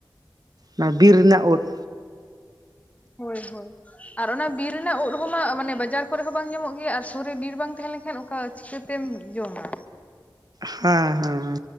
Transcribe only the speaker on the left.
ᱦᱳᱭ ᱦᱳᱭ᱾ ᱟᱨ ᱚᱱᱟ ᱵᱤᱨ ᱨᱮᱱᱟᱜ ᱩᱫ ᱦᱚᱸᱢᱟᱟᱱᱮ ᱵᱟᱡᱟᱨ ᱠᱚᱨᱮ ᱦᱚᱸ ᱵᱟᱝ ᱧᱟᱢᱚᱜ ᱜᱮᱭᱟ ᱟᱨ ᱥᱩᱨ ᱨᱮ ᱵᱤᱨ ᱵᱟᱝ ᱛᱟᱦᱮᱸ ᱞᱮᱱᱠᱷᱟᱱ ᱠᱟ ᱪᱤᱠᱟᱹᱛᱮᱢ ᱡᱚᱢᱟ᱾